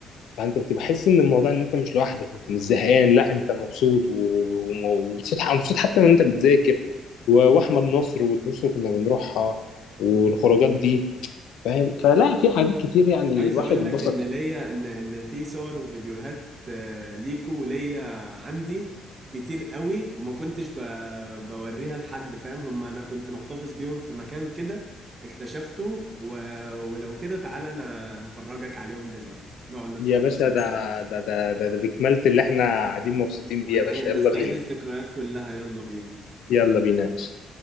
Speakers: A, on the left; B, on the right.
A: فانت بتبقى حاسس ان الموضوع ان انت مش لوحدك انت مش زهقان لا انت مبسوط و- و- ومبسوط مبسوط حتى وانت بتذاكر و- واحمد نصر والدروس اللي كنا بنروحها والخروجات دي فاهم فلا في حاجات كتير يعني
B: عايز
A: الواحد
B: اقول
A: اتبسط
B: لك ان ليا ان ان في صور وفيديوهات آه، ليكو وليا عندي كتير قوي وما كنتش ب... بوريها لحد فاهم هم انا كنت محتفظ بيهم في مكان كده اكتشفته و... ولو كده تعالى انا هفرجك عليهم دلوقتي نقعد نتفرج
A: يا باشا
B: عليهم
A: ده
B: سوا
A: ده ده ده, ده بكمالة اللي احنا قاعدين مبسوطين
B: ونستعيد
A: بيه يا باشا يلا بينا
B: الذكريات كلها يلا بينا
A: يلا بينا يا باشا